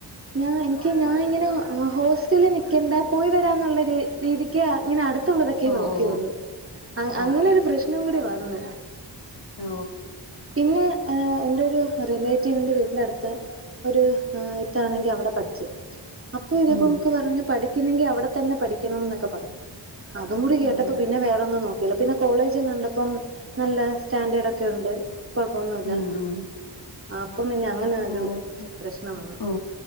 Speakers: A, on the right; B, on the left.
A: ഞാ എനിക്ക് ഞാൻ ഇങ്ങനെ ഹോസ്റ്റലിൽ നിക്കണ്ട പോയി വരാന്നുള്ള രീതിക്ക് ഇങ്ങനെ അടുത് ത്തുള്ളതൊക്കെ
B: ഓ
A: നോക്കിയുള്ളൂ
B: ഓ
A: അങ്ങനൊരു
B: ഓക്കെ ഓക്കെ
A: പ്രശ്നം കൂടി വന്നു.
B: ഓ
A: പിന്നെ എന്റൊരു റിലേറ്റീവിന്റെ വീടിന്റെ അടുത്ത് ഒരു ഇത്താണെങ്കി അവിടെ പഠിച്ച് അപ്പൊ ഇതേപോണക്ക്
B: ഉം
A: പറഞ്ഞു പഠി പഠിക്കുന്നെങ്കി അവിടെ തന്നെ പഠിക്കണംന്നൊക്കെ പറഞ്ഞു അതും കൂടി കേട്ടപ്പം
B: ഉം
A: പിന്നെ വേറെ ഒന്നും നോക്കിയില്ല പിന്നെ കോളേജ് കണ്ടപ്പം നല്ല സ്റ്റാൻഡേർഡ് ഒക്കെ ഉണ്ട് കുഴപ്പൊന്നുല്ല
B: മ് മ്
A: അപ്പം പിന്നെ അങ്ങനെ ഒരു
B: ഓക്കെ
A: പ്രശ്നം വന്നു
B: മ്